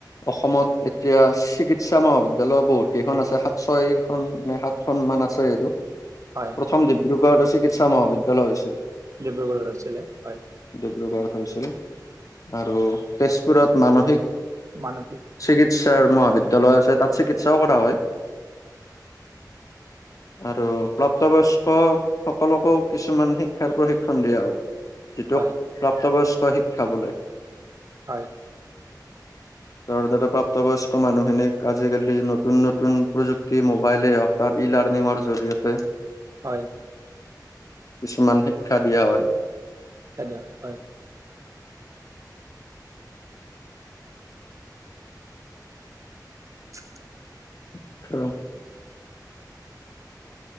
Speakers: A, on the left; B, on the right.
A: অসমত এতিয়া চিকিৎসা মহাবিদ্যায় বহুত কেইখন আছে ছয়খন নে সাতখনন মান আছে আৰু প্ৰ
B: হয়
A: প্ৰথম ডিব্ৰুগড় চিকিৎসা মহাবিদ্যালয় হৈছিল।
B: ডিব্ৰুগড়ত আছিলে হয়।
A: ডিব্ৰোৰুগড়ত হৈছিলে আৰু তেজপুৰত মানসিক।
B: মানসিক
A: চিকিৎসাৰ মহাবিদ্যয়ালয় আছে তাত চিকিৎসাও কৰা হয়।
B: <inaudible>
A: আৰু প্ৰাপ্তবয়স্কসকলকো কিছুমান শিক্ষাৰ প্ৰশিক্ষণ দিয়া হয়। যিটোক
B: হয়
A: প্ৰাপ্তবয়স্ক শিক্ষা বোলে।
B: হয়
A: তৰ দ্বাৰা প্ৰাপ্তবয়স্ক মানুহখিনিক আজিকালি নতুন নতুন প্ৰযুক্তি মোবাইলেই হওক তাত ই লাৰ্ণিঙৰ জৰিয়তে
B: হয়
A: কিছুমান শিক্ষা দিয়া হয়
B: খ দিয়ক হয় <inaudible>
A: আচ্ছা